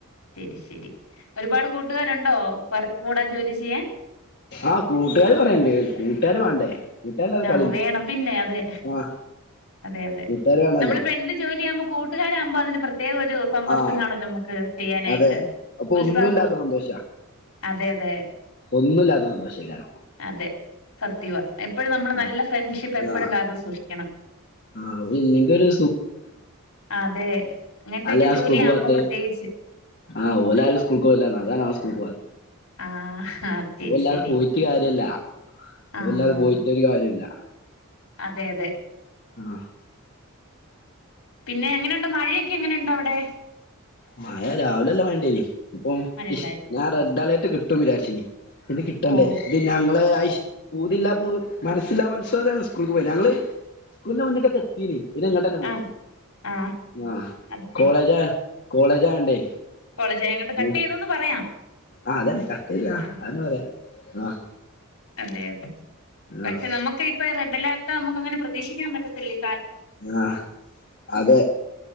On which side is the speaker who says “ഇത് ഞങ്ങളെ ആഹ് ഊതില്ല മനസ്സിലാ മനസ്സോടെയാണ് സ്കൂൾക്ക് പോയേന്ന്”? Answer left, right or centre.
Left